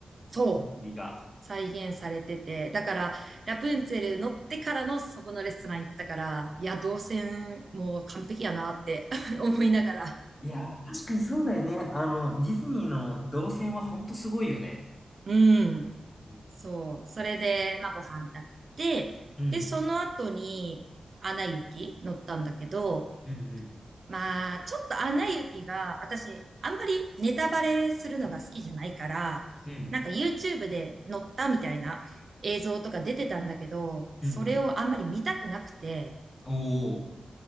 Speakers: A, on the right; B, on the left.
A: そう。
B: 国が。
A: 再現されてて。だから、ラプンツェル乗ってからのそこのレストラン行ったから、いや、動線もう完璧やなって <laughs> 思いながら。
B: いやー、確かにそうだよね。あの、ディズニーの動線はほんとすごいよね。
A: うん。
B: うん。
A: そう。それで、まあ、ご飯食べて、
B: うん、
A: で、その後に、アナ雪乗ったんだけど、
B: うん、うん、
A: まあ、ちょっとアナ雪が、私、あんまりネタバレするのが好きじゃないから、
B: うん、
A: なんか YouTube で載ったみたいな映像とか出てたんだけど、
B: うん、
A: それをあんまり見たくなくて、
B: おおー、